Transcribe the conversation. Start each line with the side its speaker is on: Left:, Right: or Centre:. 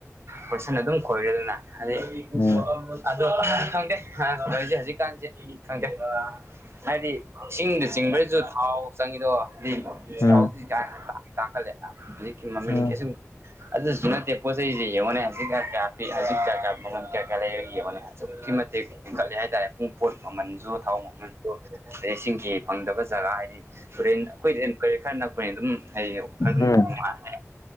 Right: ꯄꯣꯏꯠꯁꯟꯅ ꯑꯗꯨꯝ ꯈꯣꯏꯔꯦꯗꯅ ꯑꯗꯩ
Left: ꯎꯝ
Right: ꯑꯗꯣ ꯈꯪꯗꯦ ꯅꯁꯦ ꯍꯧꯖꯤꯛꯀꯥꯟꯁꯦ ꯈꯪꯗꯦ ꯍꯥꯏꯗꯤ ꯏꯁꯤꯡꯗ ꯆꯤꯡꯕ꯭ꯔꯁꯨ ꯊꯥꯎ ꯆꯪꯉꯗꯣ ꯍꯥꯏꯗꯤ
Left: ꯎꯝ
Right: ꯊꯥꯎꯁꯤ ꯇꯥꯛꯈꯠꯂꯦ ꯍꯧꯖꯤꯛꯀꯤ ꯃꯃꯤꯡꯒꯤꯁ
Left: ꯎꯝ
Right: ꯑꯗꯨꯁꯨ ꯅꯠꯇꯦ ꯄꯣ ꯆꯩꯁꯤꯦ ꯌꯦꯡꯉꯅꯦ ꯍꯧꯖꯤꯛ ꯀꯌꯥ ꯍꯧꯖꯤꯛ ꯀꯌꯥ ꯀꯌꯥ ꯃꯃꯜ ꯀꯌꯥ ꯀꯌꯥ ꯂꯩꯔꯒ ꯌꯦꯡꯉꯅꯦ ꯑꯁꯨꯛꯀꯤ ꯃꯇꯤꯛ ꯍꯦꯟꯒꯠꯂꯦ ꯍꯥꯏꯇꯥꯔꯦ ꯄꯨꯡ ꯄꯣꯠ ꯃꯃꯟꯁꯨ ꯊꯥꯎ ꯃꯃꯟꯁꯨ ꯑꯗꯩ ꯏꯁꯤꯡꯒꯤ ꯐꯪꯗꯕ ꯖꯒꯥ ꯍꯥꯏꯗꯤ ꯇꯨꯔꯦꯟ ꯑꯩꯈꯣꯏꯖꯦ ꯀꯩ ꯈꯔ ꯅꯛꯄꯅꯤ ꯑꯗꯨꯝ ꯍꯩꯌꯦ ꯈꯔ
Left: ꯎꯝ
Right: ꯅꯨꯡꯉꯥꯏ